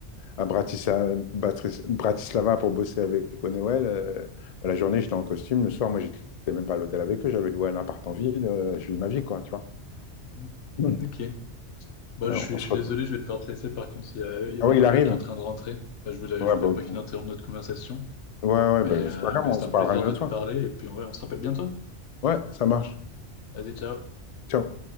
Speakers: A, on the left (about 55°); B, on the left (about 80°).
A: à Bratissa- Batris- Bratislava pour bosser avec Honeywell, euh, bah, la journée, j'étais en costume, le soir, moi, j'étais même pas à l'hôtel avec eux, j'avais loué un appart en ville, euh, je vis ma vie, quoi, tu vois.
B: mm.
A: Mm.
B: Ok. Bon,
A: Ouais,
B: je suis,
A: on se
B: je suis
A: retrouve.
B: désolé, je vais devoir te laisser. Par contre, il y a, il y
A: Ah
B: a mon
A: oui,
B: coloc
A: il arrive?
B: qui est en train de rentrer. Enfin, je voulais,
A: Ouais,
B: je voulais
A: bah, ok.
B: pas qu'il interrompe notre conversation,
A: Ouais, ouais,
B: mais,
A: bah,
B: euh,
A: c'est pas grave,
B: mais
A: on
B: c'était
A: se
B: un
A: parlera
B: plaisir
A: une
B: de
A: autre
B: te parler.
A: fois.
B: Et puis, ouais, on se rappelle bientôt.
A: Ouais, ça marche.
B: Vas-y, ciao.
A: Ciao.